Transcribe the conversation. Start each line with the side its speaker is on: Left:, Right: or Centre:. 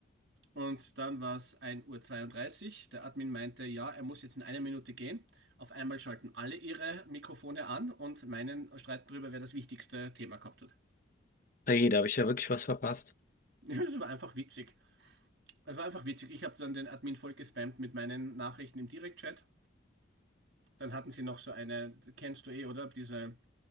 Right: Und dann war es ein Uhr. zweiunddreißig. Der Admin meinte, ja, er muss jetzt in einer Minute gehen. Auf einmal schalten alle ihre Mikrofone an und meinen streiten darüber, wer das wichtigste Thema gehabt hat. <laughs>
Left: Hey, da habe ich ja wirklich was verpasst.
Right: Das war einfach witzig. Es war einfach witzig. Ich habe dann den Admin voll gespammt mit meinen Nachrichten im Direktchat. Dann hatten sie noch so eine, kennst du eh, oder? Diese